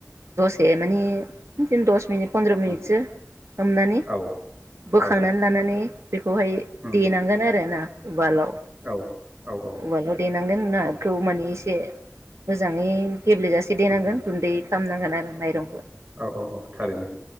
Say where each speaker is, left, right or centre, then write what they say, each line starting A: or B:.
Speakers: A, on the right; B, on the right.
A: दसे माने दिनो दस मिनिट पन्द्र मिनिटस
B: ओं
A: हमनानै
B: औ
A: बोखांनानै
B: औ
A: लानानै बेखौहाय
B: उम
A: देनांगोन
B: उम
A: आरोना बाल'
B: औ औ औ
A: उवाल' दैेनांगोन जुनारखौ माने एसे मोजाङै गेब्लेेजासे देनांगोन
B: उम
A: गुन्दै खामनांगोन‌ आरो मायरं
B: औ औ औ थारैनो